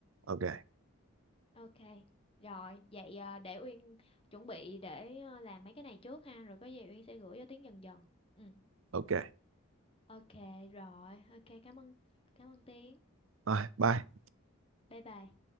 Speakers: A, on the right (about 65°); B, on the left (about 25°).
A: ok
B: Ok, rồi, vậy à, để Uyên chuẩn bị để à, làm mấy cái này trước ha, rồi có gì Uyên sẽ gửi cho Tiến dần dần. Ừ,
A: ok
B: ok rồi, ok cảm ơn cảm ơn Tiến.
A: rồi bye
B: Bye bye.